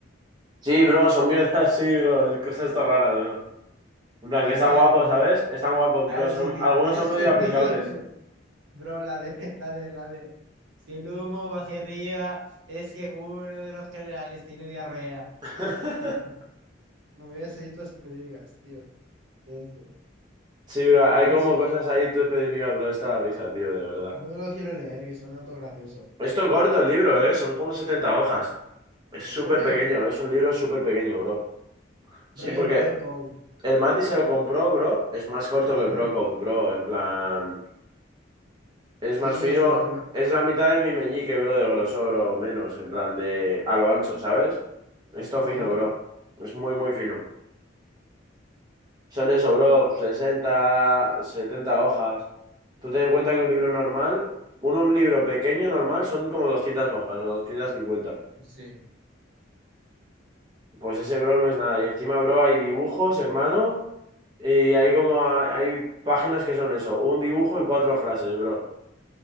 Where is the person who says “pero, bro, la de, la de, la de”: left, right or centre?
Right